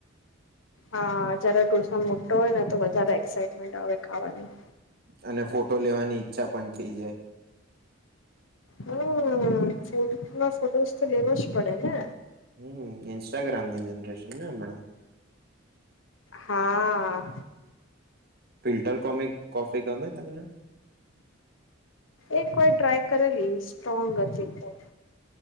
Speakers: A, on the left (about 85°); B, on the right (about 50°).
A: હા જયારે ઢોસા મુટો હોય ને તો વધારે એક્સાાઈટમેન્ટ આવે. ખાવાની.
B: અને ફોટો લેવાની ઈચ્છા પણ થઈ જાય.
A: હમ્મ <unintelligible> ફોટોઝ તો લેવાો જ પડે ને.
B: હમ ઇન્સ્ટાગ્રામની જનરેશન ને હમણાં.
A: હા.
B: ફિલ્ટર કોમે કોફી ગમે તમને.
A: એક વાર ટ્રાય કરલી સ્ટ્રાંગ હતી એટલે.